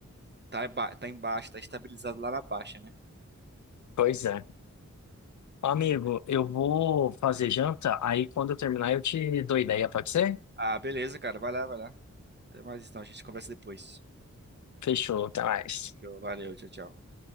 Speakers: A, on the right; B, on the left.
A: tá, ba- tá embaixo, tá estabilizado lá na baixa, né?
B: Pois é. Amigo,
A: Pois é.
B: eu vou fazer janta, aí quando eu terminar eu te dou ideia, pode ser?
A: Ah, beleza, cara. Vai lá, vai lá. Até mais então. A gente conversa depois.
B: Fechou, até mais.
A: Show. Valeu, tchau, tchau.